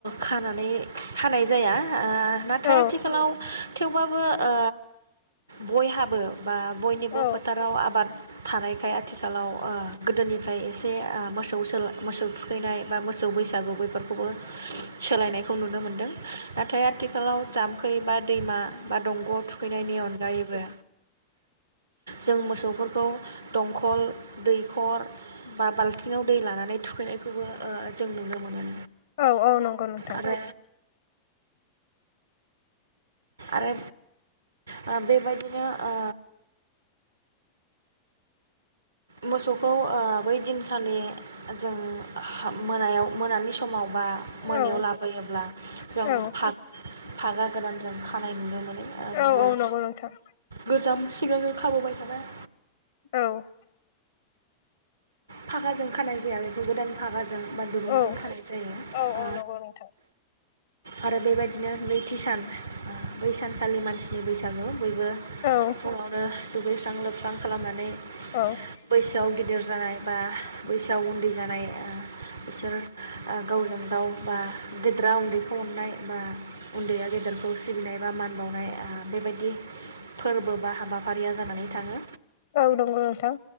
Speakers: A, on the right (about 75°); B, on the left (about 60°).
A: खानानै। थानाय जाया नाथाय
B: औ
A: आथिखालाव थेवबाबो ओ बयहाबो। बा बयनिबो
B: औ
A: फोथाराव आबाद थानायखाय आथिखालाव ओ गोदोनि ओमफ्राय एसे मोसौ मोसौ थुखैनाय बा मोसौ बैसागु बेैफोरखौबो सोलायनायखौ नुनो मोनदों नाथाय आथिखालाव जाम्फै बा दैमा बा दंग' थुखैनायनि अनगायैबो जों मोसौफोरखौ दंखल दैखर। बा बाल्थिङाव दै लानानै थुखैनायखौबो जों नुनो मोनो।
B: औ औ नंगौ नोंथां
A: आरो आरो ओ बेबायदिनो ओ मोसौखौ ओ बै दिनखालि जों मोनायाव मोनानि समाव माबा मोनायाव
B: औ
A: लाबोयोब्ला जों
B: औ
A: फा-फागा गोदानजों। खानाय नुनो मोन
B: औ
A: गुबुन
B: औ नंगौ नोंथां
A: गोजाम सिगांनो खाबोबाय थानाय
B: औ।
A: फागाजों खानाय जाया बेखौ गोदान फागा जों बा दुरुंजों
B: औ
A: खानाय जायो
B: औ
A: ओ
B: औ नंगौ नोंथां
A: आरो बेबायदिनो नैथि सान ओ बै सानखालि मानसिनि बैसागु। बयबो
B: औ
A: फुङावनो दुगैस्रां लोबस्रां खालामनानै
B: औ
A: बैसोआव गिद गिदिर जानाय बा बैसोआव उन्दै जानाय ओ बिसोर ओ गावजों गाव बा गेदेरा उन्दैखौ अननाय बा उन्दैया गेदेरखौ सिबिनाय बा मान बावनाय ओ बेबायदि फोरबो बा हा हाबाफारिया जानानै थाङो
B: औ नंगौ नोंथां